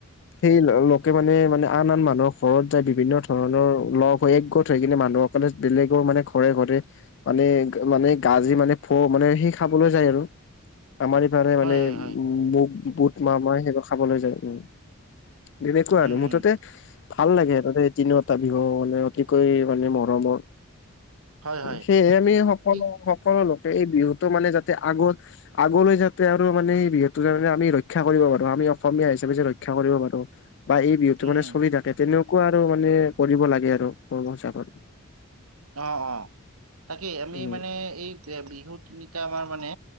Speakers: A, on the left; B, on the right.
A: সেই লোকে মানে, মানে আন আন মানুহৰ ঘৰত যায়, বিভিন্ন ধৰণৰ লগ হৈ একগোট হৈ কিনে মানুহসকলে বেলেগৰ মানে ঘৰে- ঘৰে মানে মানে গাজি মানে ফ মানে সেই খাবলৈ যায় আৰু। আমাৰ এইফালে
B: হয়
A: মানে
B: হয়
A: বো-বুট, মা-মাহ সেইবোৰ খাবলৈ যায়। উম। তেনেকুৱা
B: উম
A: আৰু। মুঠতে
B: উম
A: ভাল লাগে আৰু দে তিনিওটা বিহু মানে, অ তিকৈ মানে মৰমৰ।
B: হয় হয়
A: সেয়েহে আমি সকলো-সকলো
B: ঠিক
A: সকলো লোকে এই বিহুটো মানে যাতে আগৰ আগলৈ যাতে আৰু মানে যিহেতু আমি ৰক্ষা কৰিব পাৰোঁ, আমি অসমীয়া হিচাপে যে ৰক্ষা কৰিব পাৰোঁ বা এই বিহুটো
B: উম
A: মানে চলি থাকে, তেনেকুৱা আৰু মানে কৰিব লাগে আৰু। <unintelligible>
B: অ', অ', তাকেই আমি
A: উম।
B: মানে এই বিহু তিনিটা আমাৰ মানে